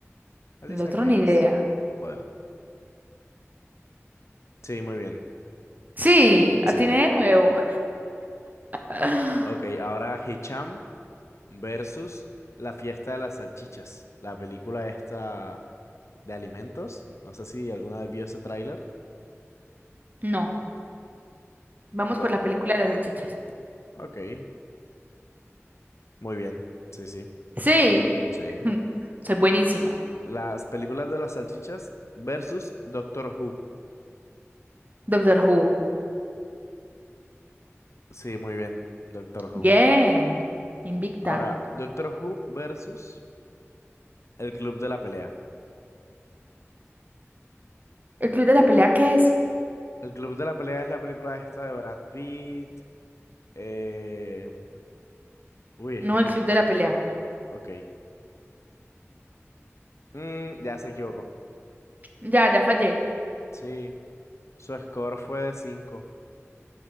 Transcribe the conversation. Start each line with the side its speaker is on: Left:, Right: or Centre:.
Left: Alicia
Right: El otro
Left: Keys.
Right: ni idea.
Left: Bueno, sí, muy bien.
Right: Sí, atiné
Left: Sí.
Right: de nuevo. <laughs>
Left: Ok, ahora Hicham. versus La fiesta de las salchichas, la película esta de alimentos. No sé si alguna vez vio ese tráiler.
Right: No, vamos
Left: Bueno,
Right: por la película de las salchichas.
Left: ok, muy bien. Sí, sí,
Right: Sí.
Left: sí.
Right: <laughs> Soy buenísima.
Left: Las películas de las salchichas versus Doctor Who.
Right: Doctor Who.
Left: Sí, muy bien, Doctor Who.
Right: Bien. Invicta.
Left: Ahora, Doctor Who versus El Club de la Pelea.
Right: ¿El club de la pelea qué es?
Left: El Club de la Pelea es la película esta de Brad Pitt. eh, Uy, es
Right: No,
Left: que no...
Right: el club de la pelea.
Left: Ok. Mm, ya se equivocó.
Right: Ya, ya fallé.
Left: Sí, su score fue de cinco